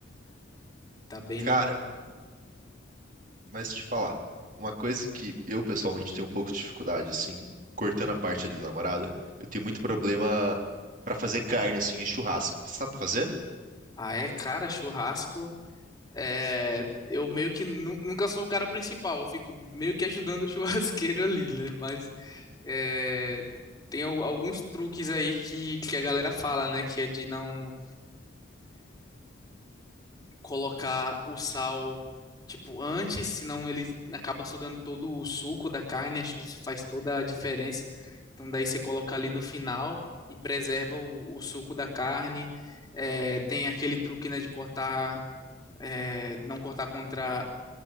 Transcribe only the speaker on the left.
Tá bem
no.
Ah, é, cara, churrasco. É, eu meio que nu- nunca sou o cara principal, eu fico meio que ajudando o <laughs> churrasqueiro ali, né? Mas é, tem al- alguns truques aí que, que a galera fala, né? Que é de não colocar o sal, tipo, antes, senão ele acaba sugando todo o suco da carne, acho que isso faz toda a diferença. Então daí você coloca ali no final e preserva o, o suco da carne. É, tem aquele truque, né, de cortar, é, não cortar contra